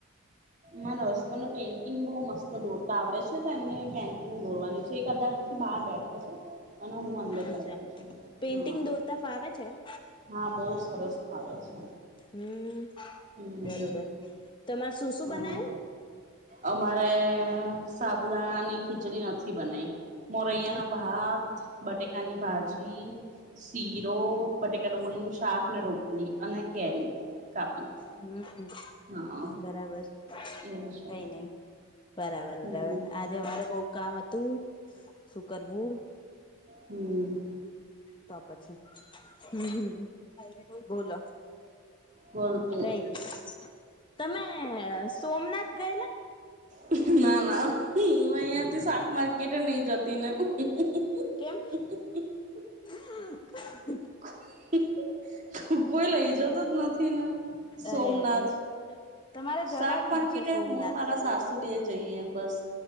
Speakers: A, on the right; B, on the left.
A: માને હસબન્ નો પેઇન્ટિંગ બોઉ મસ્ત દોરતા આવડે છે શું તમને પેન્ટિંગ દોડવાની છે? કદાચ થી બહાર બેઠા છે અને હું અંદર બેઠું
B: અચ્છા
A: છું,
B: પેઇન્ટિંગ
A: હા
B: દોરતા ફાવે છે એમ
A: હા બોઉ સર સરસ ફાવે છે.
B: હમ્મ.
A: હમ
B: બરોબર તમારે શું શું
A: હા
B: બનાયું?
A: અમારે સાબુદાણા ની ખીચડી નથી બનાયી મોરૈયા
B: તો
A: ના ભાત બટેકાની ભાજી શીરો બટેકા નું <unintelligible> શાક ને રોટલી અને કેરી. કાપી
B: હમ્મ
A: હા
B: બરાબર
A: એવું છે
B: કઈ નઈ બરાબર
A: હમ
B: બરાબર આજે અમારે બઉ કામ હતું શું કરવું?
A: હમમ્.
B: તો પછી હમ્મ હામ બોલો.
A: બોલતી
B: કઈ નહીં તમે એ શું સોમનાથ ગયેલા
A: હમ ના ના <unintelligible> આમાં અહીયા થી શાક માર્કેટ કિટન નહી જતી ને હુ, હુ, હુ, હુ,
B: કેમ
A: હુ, હુ, હુ
B: <unintelligible>
A: હુ, હુ, હુ, કોઈ લઈ જતો જ નથી ને સોમનાથ
B: અરે અરે તમારે જવા
A: શાક
B: જેવું
A: માર્કેટ
B: છે સોમનાથ
A: હુંને મારા સાસુ બે જઈએ બસ.